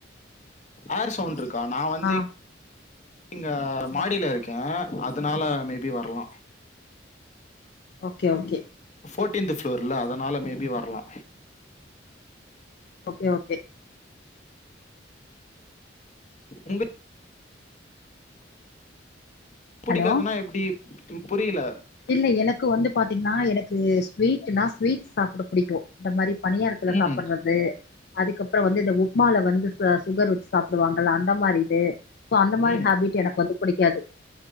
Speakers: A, on the left; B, on the left.
A: ஏர் சவுண்ட் இருக்கா நா வந்து
B: ஆ
A: இங்க
B: ஆமா
A: மாடியில இருக்கே அதுனால மேபி வரலா
B: ஓகே ஓகே
A: ஃபோர்டீன்த்து ஃப்ளோர்ல அதனால மேபி வரலா
B: ஓகே ஓகே
A: உங்க புடிக்காதுன்னா
B: ஹலோ
A: எப்டி புரியில
B: இல்ல எனக்கு வந்து பாத்தீங்கன்னா எனக்கு ஸ்வீட்னா ஸ்வீட் சாப்ட புடிக்கு இந்த மாரி பணியாரத்துல
A: ம்
B: சாப்புட்றது அதுக்கப்புறோ வந்து இந்த உப்மால வந்து ச சுகர் வச்சு சாப்டுவாங்கள அந்த மாரி இது சோ அந்த மாரி
A: ம்
B: ஹேபிட் எனக்கு வந்து புடிக்காது